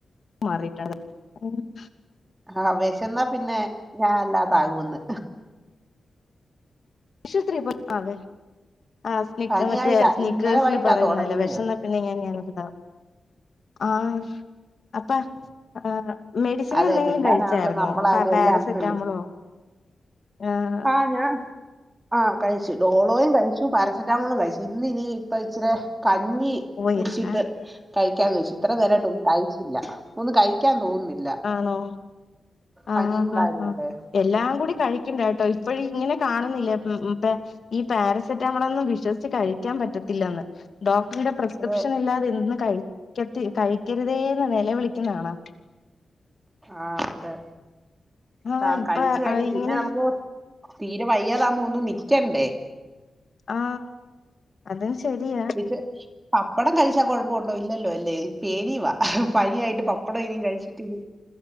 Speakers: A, on the left (about 55°); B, on the right (about 15°).
A: മറീട്ട് <unintelligible>
B: ആഹ്വെഷന്നാ പിന്നെ ഞാൻ അല്ലാത ആകൂന്ന്
A: ആശുപത്രി പോയി ആഹ് വെ ആഹ് സ്‌നിക്
B: പനിയായിട്ടാ
A: മറ്റേ സ്നിക്കേഴ്സ്
B: ഇന്നലെ വൈകിട്ടാ
A: ല് പറയുന്നല്ലേ
B: തുടങ്ങിയത്
A: വെഷന്നാ പിന്നെ ഇങ്ങനെ <unintelligible> ത് ഇണ്ടാവും ആഹ് അപ്പ അഹ് ആഹ് മെഡിസിന്
B: അതെ
A: എന്തെങ്കിലും
B: പിള്ളേരാണെലും
A: കഴിച്ചായിരുന്നോ
B: നമ്മളായാലും
A: പാ പാരസെറ്റാമൊളോ
B: എല്ലാം അങ്ങനല്ലേ
A: ആഹ്
B: ആഹ് ഞാൻ ആഹ് കഴിച്ചു ഡോളോയും കഴിച്ചു പാരസിറ്റാമോളും കഴിച്ചു ഇന്നിനി ഇപ്പ ഇച്ച് രെ കഞ്ഞി
A: ഓ
B: കുടിച്ചിട്ട്
A: എല്ലാം
B: കഴിക്കാന്ന് വെച്ചു ഇത്രേ നേരായിട്ടും ഒന്നും കഴിച്ചില്ല ഒന്നും കഴിക്കാൻ തോന്നുന്നില്ല
A: ആണോ ആഹ്
B: പനിയും
A: ആഹ്
B: കൂടെ
A: ആഹ്
B: ആയതുകൊണ്ടേ
A: ആഹ് എല്ലാം
B: ഉം
A: കൂടി കഴിക്കണ്ടട്ടോ ഇപ്പഴ് ഇങ്ങനെ കാണുന്നില്ലേ ഉം ഉം പെ ഈ പാരസെറ്റാമോളൊന്നും വിശ്വസിച്ച് കഴിക്കാൻ പറ്റത്തില്ലന്ന് ഡോക്ടറുടെ പ്രിസ്ക്രിപ്ഷൻ
B: അതെ
A: ഇല്ലാതെ ഇതൊന്നും കഴിക്കട്ട് കഴിക്കരുതേന്ന് നിലവിളിക്കുന്നത് കാണാ
B: ആഹ് അതെ
A: ആഹ്
B: താ
A: ഇപ്പൊ
B: കഴിച്ചു കഴിഞ്ഞാ
A: ആഹ്
B: പിന്നെ
A: ഇങ്ങനെ
B: നമുക്ക് തീരെ വയ്യാതാവുമ്പൊ ഒന്ന് നിക്ക്യണ്ടേ
A: ആഹ് അതും ശരിയാ
B: ച്ച് പപ്പടം കഴിച്ചാ കൊഴപ്പൊ ഉണ്ടോ ഇല്ലല്ലോ അല്ലേ പേടിയുവാ പനിയായിട്ട് പ പ്പടം ഇനിം കഴിച്ചിട്ട് ഇനി